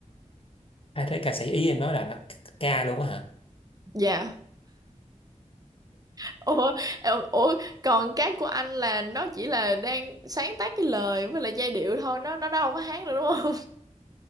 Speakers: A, on the left; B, on the right.
A: ai thấy ca sĩ ý em nói là nó ca luôn á hả
B: dạ ủa ờ, ủa còn cái của anh là nó chỉ là đang sáng tác cái lời với lại giai điệu thôi nó nó đâu có hát được đúng không